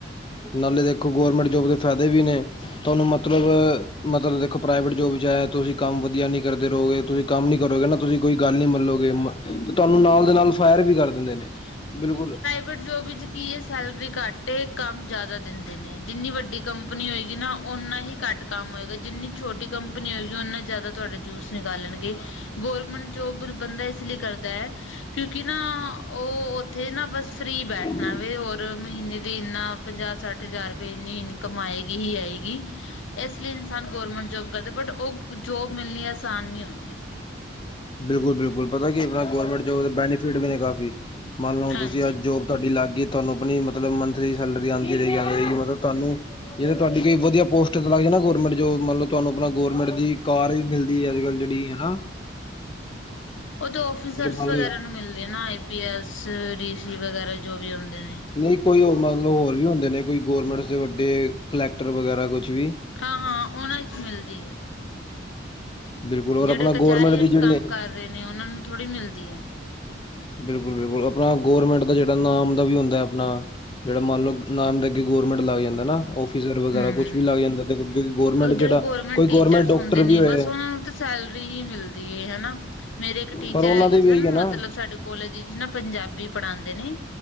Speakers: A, on the left; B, on the left.
A: ਨਾਲੇ ਦੇਖੋ ਗੌਰਮੈਂਟ ਜੋਬ ਦੇ ਫਾਇਦੇ ਵੀ ਨੇ ਤੁਹਾਨੂੰ ਮਤਲਬ ਮਤਲਬ ਦੇਖੋ ਪ੍ਰਾਈਵੇਟ ਜੋਬ ਚ ਆ ਤੁਸੀਂ ਕੰਮ ਵਧੀਆ ਨੀਂ ਕਰਦੇ ਰਹੋਗੇ ਤੁਸੀਂ ਕੰਮ ਨੀ ਕਰੋਗੇ ਨਾਂ ਤੁਸੀਂ ਕੋਈ ਗੱਲ ਨੀਂ ਮੰਲੋਗੇੇ, ਤੁਹਾਨੂੰ ਨਾਲ ਦੇ ਨਾਲ ਫਾਇਰ ਵੀ ਕਰ ਦਿੰਦੇ ਨੇ ਬਿਲਕੁਲ।
B: ਪ੍ਰਵੇਟ ਜੋਬ ਵਿੱਚ ਕੀ ਇਹ ਸੈਲਰੀ ਘੱਟ ਐ, ਕੰਮ ਜ਼ਿਆਦਾ ਦਿੰਦੇ ਨੇਂ, ਜਿੰਨੀ ਵੱਡੀ ਕੰਪਨੀ ਹੋਏਗੀ ਨਾਂ ਓਨਾਂ ਹੀ ਘੱਟ ਕੰਮ ਹੋਏਗਾ, ਜਿੰਨੀ ਛੋਟੀ ਕੰਪਨੀ ਹੋਏਗੀ ਉਨਾਂ ਜ਼ਿਆਦਾ ਤੁਆਡਾ ਜੂਸ ਨਿਕਾਲਣਗੇ‌। ਗੌਰਮੈਂਟ ਜੋਬ ਬੰਦਾ ਇਸ ਲਈ ਕਰਦਾ ਏ, ਕਿਉਂਕਿ ਨਾਂ
A: ਹਾਂ।
B: ਉਹ ਅ ਉੱਥੇ ਨਾਂ ਬਸ ਫਰੀ ਬੈਠਣਾ
A: ਹਮ
B: ਵੇ, ਔਰ ਮਹੀਨੇ ਦੀ ਇੰਨਾਂ ਪੰਜਾਹ-ਸੱਠ ਹਜ਼ਾਰ ਰੁਪਏ ਇੰਨੀ ਇ ਕਮਾਏਗੀ ਹੀ ਆਏਗੀ ਇਸ ਲਈ ਇਨਸਾਨ ਗੌਰਮੈਂਟ ਜੋਬ ਕਰਦੇ ਬਟ ਉਹ ਜੋਬ ਮਿਲਣੀ ਅਸਾਨ ਨਹੀਂ ਹੁੰਦੀ।
A: ਬਿਲਕੁਲ ਬਿਲਕੁਲ, ਪਤਾ ਕੀ ਆਪਣਾ ਗੌਰਰਮੈਂਟ ਜੋਬ ਦੇ ਬੈਨੀਫਿਟ ਵੀ ਨੇ ਕਾਫੀ ਮੰਨ ਲਓੁ
B: ਹਾਂਜੀ
A: ਤੁਸੀਂ ਅੱਜ ਜੋਬ ਤੁਹਾਡੀ ਲੱਗਗੀ ਤੁਹਾਨੂੰ ਆਪਣੀ ਮਤਲਬ ਮੰਥਲੀ ਸੈਲਰੀ ਆਂਦੀ ਰਹੀਗੀ ਆਂਦੀ ਮਤਲਬ ਤੁਹਾਨੂੰ ਜਿਹੜੇ ਤੁਹਾਡੀ ਕੋਈ ਵਧੀਆ ਪੋਸਟ ਤਾਂ ਲੱਗ ਜਾ ਨਾਂ ਗੌਰਰਮੈਂਟ ਜੋ ਮਤਲਬ ਤੁਹਾਨੂੰ ਆਪਣਾ ਗਰਮਟ ਦੀ ਕਾਰ ਹੀ ਮਿਲ ਦੀ ਅੱਜ-ਕੱਲ੍ਹ ਜਿਹੜੀ ਹਨਾਂ।
B: ਉਹਦ ਤੇ ਆਫਿਸਰਸ
A: ਮੰਨ
B: ਵਗੈਰਾ ਨੂੰ ਮਿਲਦੇ ਨਾਂ ਆਈ ਪੀ ਐੱਸ, ਡੀ ਸੀ ਵਗੈਰਾ ਜੋ ਵੀ ਹੁੰਦੇ ਨੇਂ।
A: ਨਈਂ ਕੋਈ ਔ ਮਤਲਬ ਹੋਰ ਵੀ ਹੁੰਦੇ ਨੇਂ, ਕੋਈ ਗਰਮੈਂਟ ਦੇ ਵੱਡੇ ਕਲੈਕਟਰ ਵਗੈਰਾ ਕੁਛ ਵੀ
B: ਹਾਂ ਹਾਂ, ਉਹਨਾ ਚ ਮਿਲਦੀ ਐ।
A: ਬਿਲਕੁਲ ਔਰ
B: ਜਿਹੜੇ
A: ਆਪਣਾ
B: ਕਚਹਿਰੀਆਂ
A: ਗੌਰਮੈਂਟ ਦੀ
B: ਚ
A: ਜਿਹੜੀ
B: ਕੰਮ ਕਰ ਰਹੇ ਨੇਂ, ਉਹਨਾਂ ਨੂੰ ਥੋੜ੍ਹੀ ਮਿਲਦੀ ਐ।
A: ਬਿਲਕੁਲ ਬਿਲਕੁਲ, ਆਪਣਾ ਗੌਰਮੈਂਟ ਦਾ ਜਿਹੜਾ ਨਾਮ ਦਾ ਵੀ ਹੁੰਦਾ ਆਪਣਾ ਜਿਹੜਾ ਮੰਨ ਲਓ ਨਾਮ ਦੇ ਕੇ ਗੌਰਮੈਂਟ ਲੱਗ ਜਾਂਦਾ ਨਾਂ! ਉਹ <unintelligible> ਵਗਰਾ
B: ਹੂੰ
A: ਕੁਛ ਵੀ ਲੱਗ ਜਾਂਦਾ, ਗੋਰਮੇਂਟ ਜਿਹੜਾ
B: ਜਿਹੜੇ ਗੌਰਮੈਂਟ
A: ਕੋਈ
B: ਟੀਚਰਸ
A: ਗੋਰਮੇਂਟ ਡਾਕਟਰ
B: ਹੁੰਦੇ
A: ਵੀ
B: ਨੇ
A: ਹੋਏ।
B: ਬਸ ਉਹਨਾਂ ਨੂੰ ਤਾਂ ਸੈਲਰੀ ਹੀ ਮਿਲਦੀ ਏ ਹਨਾਂ। ਮੇਰੇ ਇੱਕ ਟੀਚਰ
A: ਪਰ ਉਹਨਾਂ
B: ਹੈਗੇ
A: ਦੇ
B: ਸਨ
A: ਵੀ ਇਹੀ ਹੈ ਨਾ
B: ਮਤਲਬ ਸਾਡੇ ਕੋਲ ਕੋਲੇਜ ਇੱਚ ਨਾਂ ਪੰਜਾਬੀ ਪੜ੍ਹਾਂਦੇ ਨੇਂ